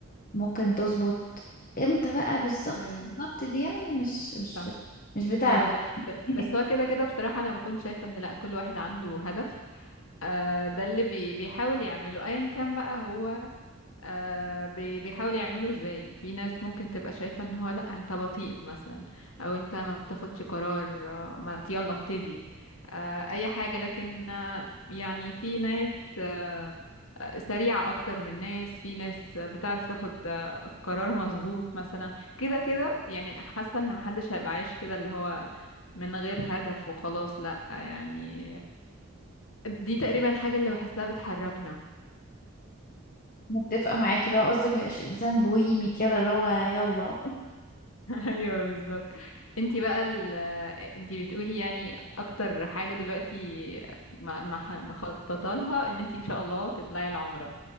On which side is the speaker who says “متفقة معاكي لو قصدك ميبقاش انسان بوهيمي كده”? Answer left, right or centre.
Left